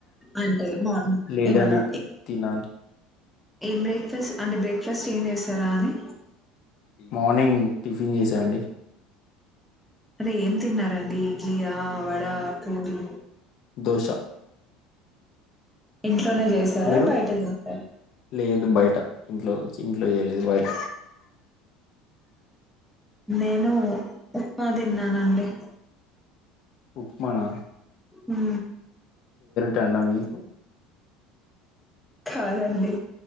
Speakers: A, in the centre; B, on the left.
A: అంటే మార్నింగ్
B: లేదండి
A: ఏమన్నా
B: ఇప్పుడు తినాలి
A: ఏం బ్రేక్ఫాస్ట్ అంటే బ్రేక్ఫాస్ట్ ఏం చేసారా అని
B: మార్నింగ్ టిఫిన్ చేశా అండి
A: అదే ఏం తిన్నారండి ఇడ్లియా, వడ, పూరి
B: దోశ
A: ఇడ్లీ ఇంట్లోనే చేసారా
B: మీరు
A: బయట చేసారా
B: లేదు బయట ఇంట్లో ఇంట్లో చెయ్యలేదు బయట
A: నేను ఉప్మా తిన్నానండి
B: ఉప్మానా
A: హు
B: దండం మీకు
A: కాదండి